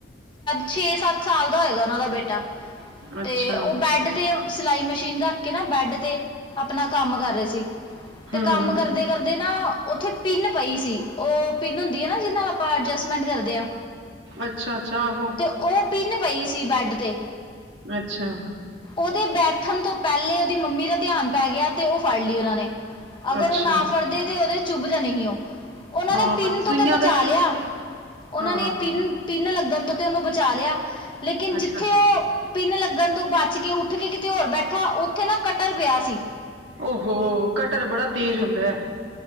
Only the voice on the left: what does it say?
ਛੇ ਸੱਤ ਸਾਲ ਦਾ ਹੋਏਗਾ ਉਨਾਂ ਦਾ ਬੇਟਾ
ਤੇ ਓ ਬੈਡ ਤੇ ਸਿਲਾਈ ਮਸ਼ੀਨ ਰੱਖ ਕੇ ਨਾ ਬੈਡ ਤੇ ਆਪਣਾ ਕੰਮ ਕਰ ਰਏ ਸੀ ਤੇ
ਕੰਮ ਕਰਦੇ ਕਰਦੇ ਨਾ ਉੱਥੇ ਪਿੰਨ ਪਈ ਸੀ ਓ ਪਿੰਨ ਹੁੰਦੀ ਏ ਨਾ ਜਿਦੇ ਨਾਲ ਆਪਾਂ ਐਡਜਸਟਮੈਂਟ ਕਰਦੇ ਆਂ
ਤੇ ਓ ਪਿੰਨ ਪਈ ਸੀ ਬੈਡ ਤੇ
ਉਦੇ ਬੈਠਣ ਤੋਂ ਪੈਲੇ ਉਦੀ ਮੰਮੀ ਦਾ ਧਿਆਨ ਪੈ ਗਿਆ ਤੇ ਓ ਫੜ ਲਈ ਉਨਾਂ ਨੇ ਅਗਰ
ਓ ਨਾ ਫੜਦੇ ਤੇ ਉਦੇ ਚੁੱਭ ਜਾਣੀ ਹੀ ਓ ਉਨਾਂ
ਨੇ ਪਿੰਨ
ਤੋਂ
ਤੇ ਬਚਾ
ਲਿਆ
ਉਨਾਂ
ਨੇ ਪਿੰਨ ਪਿੰਨ ਲੱਗਣ ਤੋਂ ਤੇ ਉਨੂੰ ਬਚਾ ਲਿਆ ਲੇਕਿਨ
ਜਿੱਥੇ ਓ ਪਿੰਨ ਲੱਗਣ ਤੋਂ ਬਚ ਕੇ ਉੱਠ ਕੇ ਕਿਤੇ ਹੋਰ ਬੈਠਾ ਉੱਥੇ ਨਾ ਕੱਟਰ ਪਿਆ ਸੀ।